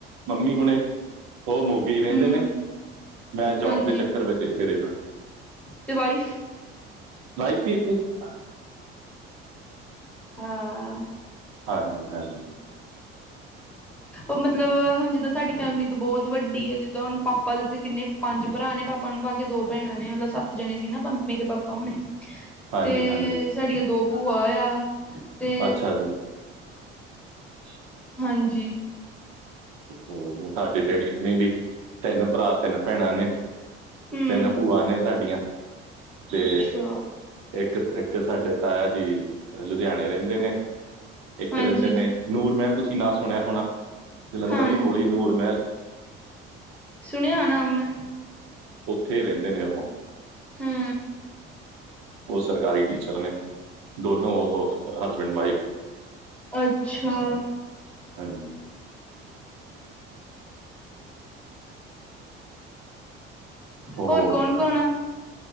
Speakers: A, on the right (about 70°); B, in the centre.
A: ਮੰਮੀ ਹੁਣੇ ਉਹ ਮੋਗੇ ਰਹਿੰਦੇ
B: ਹੂੰ
A: ਨੇ ਮੈਂ ਜੋਬ
B: ਹਾਂਜੀ
A: ਦੇ ਚੱਕਰ ਵਿੱਚ ਇੱਥੇ ਰਹਿਣਾ
B: ਤੇ ਵਾਈਫ
A: <unintelligible> ਸੀ ਹਾਂ
B: ਹਾਂ
A: ਹਾਂਜੀ ਹਾਂਜੀ
B: ਉਹ ਮਤਲਬ ਹੁਣ ਜਿੱਦਾਂ ਸਾਡੀ ਫੈਮਿਲੀ ਤੋ ਬਹੁਤ ਵੱਡੀ ਹੈ ਜਿੱਦਾਂ ਹੁਣ ਪਾਪਾ ਦੇ ਤੇ ਕਿੰਨੇ ਪੰਜ ਭਰਾ ਨੇ ਆਪਣੇ ਪਾਪਾ ਨੂੰ ਪਾ ਕੇ ਦੋ ਭੈਣਾ ਨੇ ਮਤਲਬ ਸੱਤ ਜਣੇ ਸੀ ਨਾ ਮੇਰੇ ਪਾਪਾ ਹੁਣੇ
A: ਹਾਂਜੀ
B: ਤੇ
A: ਹਾਂਜੀ
B: ਸਾਡੀਆਂ ਦੋ ਭੂਆ ਆ ਤੇ
A: ਅੱਛਾ ਜੀ <inaudible>
B: ਹਾਂਜੀ
A: ਉਹ ਸਾਡੇ ਡੈਡੀ ਹੁਨੇ ਵੀ ਤਿੰਨ ਭਰਾ ਤਿੰਨ ਭੈਣਾਂ ਨੇ
B: ਹੂੰ
A: ਤਿੰਨ ਭੂਆ ਨੇ ਸਾਡੀਆਂ ਤੇ
B: ਅੱਛਾ
A: ਇੱਕ ਤੇ ਇੱਕ ਤੇ ਸਾਡੇ ਤਾਇਆ ਜੀ ਲੁਧਿਆਣੇ ਰਹਿੰਦੇ ਨੇ ਇੱਕ
B: ਹਾਂਜੀ
A: ਰਹਿੰਦੇ ਨੇ ਨੂਰ ਮਹਿਲ ਤੁਸੀਂ ਨਾਂ ਸੁਣਿਆ ਹੋਣਾ ਜਲੰਧਰ
B: ਹਾਂ
A: ਦੇ ਕੋਲੇ ਨੂਰ ਮਹਿਲ
B: ਸੁਣਿਆ ਆ ਨਾਮ ਮੈਂ
A: ਇੱਥੇ ਰਹਿੰਦੇ ਨੇ ਉਹ
B: ਹੂੰ
A: ਉਹ ਸਰਕਾਰੀ ਟੀਚਰ ਨੇ ਦੋਨੋ ਉਹ ਹਸਬੈਂਡ ਵਾਈਫ
B: ਅੱਛਾ
A: ਹਾਂਜੀ ਹੋਠ
B: ਹੋਰ ਕੌਣ ਕੌਣ ਆ